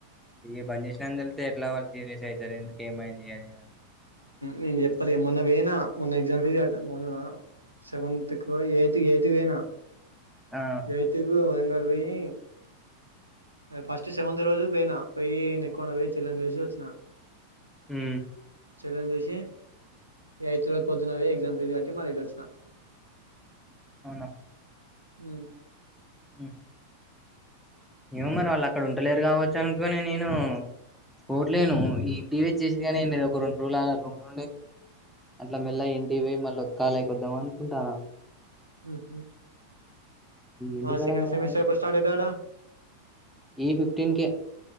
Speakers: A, in the centre; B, on the right.
A: ఇది పని చేసినాందు వెళ్తే ఎట్లా వాళ్ళు సీరియస్ అవుతారు ఇంక ఏమైంది అది
B: నేను చెప్పాలి మొన్న వేనా మొన్న ఎగ్జామ్స్ తీసి పెడతా మొన్న సెవెంత్కో ఎయిత్ ఎయిత్ వేనా
A: ఆ
B: ఎయిట్ కి వరంగలు పోయి ఫస్ట్ సెవంత్ రోజు పోయినా పోయి నేను ఎక్కువడా పోయి చెల్లెని చూసి వచ్చిన
A: హు
B: చెల్లని చూసి ఎయిట్ రోజు పొద్దునవే ఎగ్జామ్ ఫస్ కట్టి మనట్ వచ్చిన
A: అవునా
B: ఉ
A: ఆ ఏమో మరి వాళ్ళు అక్కడ ఉండలేరు కావచ్చు అనుకోని నేను పోట్లేను ఈ ఇంటి వచ్చసి కానీ ఏం లేదు ఒక రెండు రోజులు రెండు నుండి అట్ల మెల్ల ఇంటి పోయి మళ్ళీ ఉత్కాలైక వద్దాం అనుకుంటాను
B: ఉహ్
A: ఇంటికాడగానే
B: మా సెకండ్ సెమమిస్టర్ ఎప్పుడ్ స్టార్ట్ ఇతాది అంటా
A: ఈ ఫిఫ్టీన్ కే